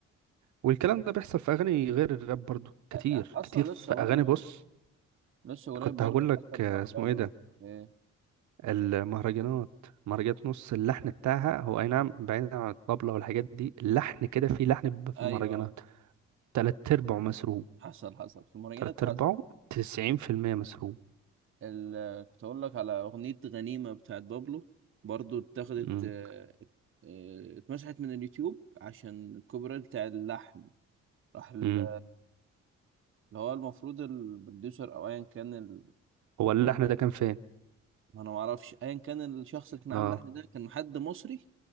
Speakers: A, on the right; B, on the right.
A: والكلام ده بيحصل في اغاني غير الراب برضو كتير
B: آه. اصلا
A: كتير في
B: لسه برضه
A: اغاني بص
B: لسه قريب
A: كنت
B: برضه
A: هقول لك
B: حصل
A: آه،
B: مع
A: اسمه
B: بابلو
A: ايه ده
B: إيه.
A: المهرجانات مهرجانات نص اللحن بتاعها هو اي نعم بعيدا عن الطبلة والحاجات دي اللحن كده في لحن بيبقى في
B: ايوه
A: المهرجانات
B: ايوه
A: تلات ارباعه مسروق
B: حصل حصل في المراجعات
A: تلات
B: حصل
A: ارباعه تسعين في المية مسروق
B: ال... كنت اقول لك على اغنيه غنيمه بتاعت بابلو برضو اتاخدت
A: مم.
B: آه، آه، اتمسحت من اليوتيوب عشان الكوبي رايت بتاع اللحن راح ال-
A: مم.
B: اللي هو المفروض البروديوسر او ايا كان ال...
A: هو اللحن ده كان فين؟
B: ما انا ما اعرفش ايا كان الشخص اللي كان عامل
A: اه
B: اللحن ده كان حد مصري